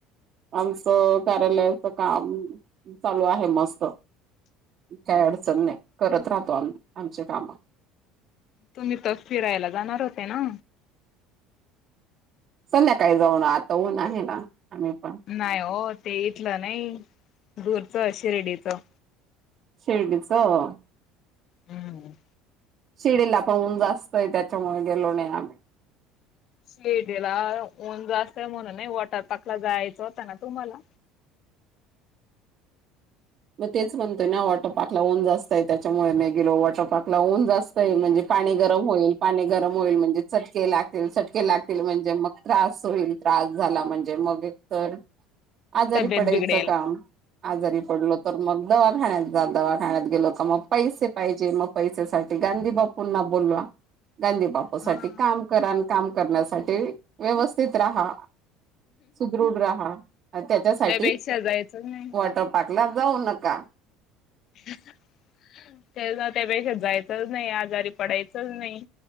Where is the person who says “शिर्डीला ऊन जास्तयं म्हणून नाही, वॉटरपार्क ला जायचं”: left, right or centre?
Left